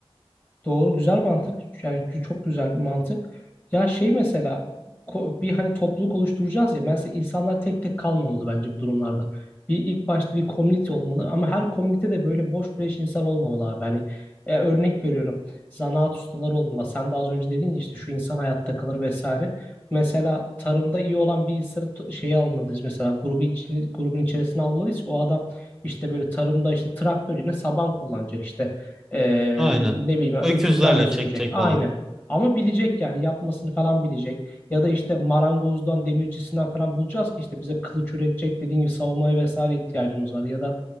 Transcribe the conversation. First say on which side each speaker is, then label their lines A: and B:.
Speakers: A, on the left; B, in the centre.
A: Doğru güzel mantık. Yani gü- çok güzel bir mantık. Ya şey mesela ko- bir hani topluluk oluşturacağız ya. Mesela insanlar tek tek kalmamalı bence bu durumlarda. Bir ilk başta bir komünite olmalı ama her komünite de böyle boş beleş insan olmamalı abi. Hani e, örnek veriyorum. Zanaat ustaları olmalı. Sen de az önce dedin ya işte şu insan hayatta kalır vesaire. Mesela tarımda iyi olan bir insanı t- şeye almalıyız mesela grubu için, grubun içerisine almalıyız ki o adam işte böyle tarımda işte traktör yerine saban kullanacak işte ee,
B: Aynen.
A: ne bileyim
B: Öküzlerle
A: öküzlerle sürecek.
B: çekecek
A: Aynı.
B: falan.
A: Ama bilecek yani yapmasını falan bilecek. Ya da işte marangozdan, demircisinden falan bulacağız ki işte bize kılıç üretecek dediğim gibi savunmaya vesaire ihtiyacımız var. Ya da